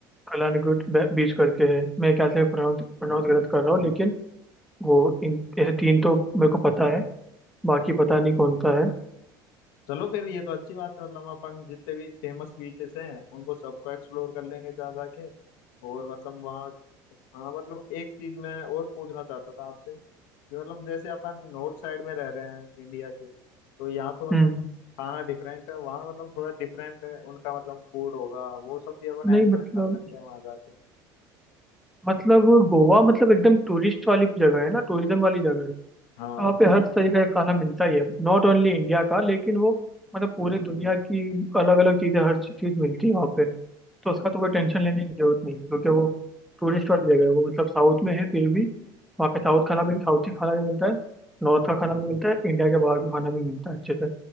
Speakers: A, in the centre; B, on the left.
A: कलानगुट बीच करके है मैं क्या से प्रोनाउंस प्रोनाउंस गलत कर रहा हूँ लेकिन वो इन ऐसे तीन तो मेरे को पता है बाकी पता नहीं कौन सा है
B: चलो फिर ये तो अच्छी बात है मतलब अपन जितने भी फेमस बीचेस हैं उनको सबको एक्सप्लोर कर लेंगे जा जाके और मतलब वहाँ हाँ मतलब एक चीज मैं और पूछना चाहता था आपसे कि मतलब जैसे अपन नॉर्थ साइड में रह रहे हैं इंडिया के तो यहाँ तो मतलब
A: हम्म
B: खाना डिफरेंट है वहाँ मतलब थोड़ा डिफरेंट है उनका मतलब फूड होगा वो सब भी अपन
A: नहीं
B: एंजॉय
A: मतलब
B: कर सकते हैं वहाँ जाके
A: मतलब गोवा मतलब एकदम टूरिस्ट वाली जगह है ना टूरिज्म वाली जगह है
B: हाँ
A: वहाँ पे हर तरीके का खाना मिलता ही है नॉट ओनली इंडिया का लेकिन वो मतलब पूरे दुनिया की अलग अलग चीज़ें हर चीज़ मिलती है वहाँ पे तो उसका तो कोई टेंशन लेने की जरूरत नहीं है क्योंकि वो टूरिस्ट वाली जगह है वो मतलब साउथ में है फिर भी वहाँ पे साउथ खाना भी साउथी खाना भी मिलता है नॉर्थ का खाना भी मिलता है इंडिया के बाहर का खाना भी मिलता है अच्छे से